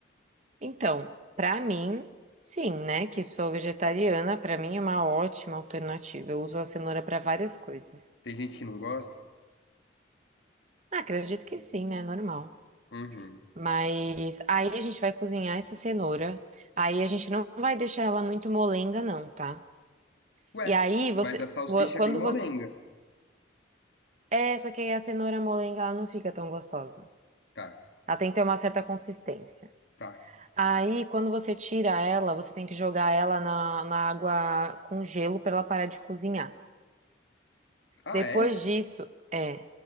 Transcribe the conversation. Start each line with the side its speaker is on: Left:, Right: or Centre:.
Right: Então, para mim, sim, né? Que sou vegetariana, para mim é uma ótima alternativa. Eu uso a cenoura para várias coisas.
Left: Tem gente que não gosta.
Right: Ah, acredito que sim, né? Normal.
Left: Uhum.
Right: Mas aí a gente vai cozinhar essa cenoura. Aí a gente não vai deixar ela muito molenga, não, tá?
Left: Ué,
Right: E aí você.
Left: mas a salsicha
Right: vo- Quando
Left: é bem molenga.
Right: você. É, só que aí a cenoura molenga ela não fica tão gostosa.
Left: Tá,
Right: Ela tem que ter uma certa consistência.
Left: tá.
Right: Aí, quando você tira ela, você tem que jogar ela na, na água com gelo pra ela parar de cozinhar.
Left: Ah,
Right: Depois
Left: é?
Right: disso, é.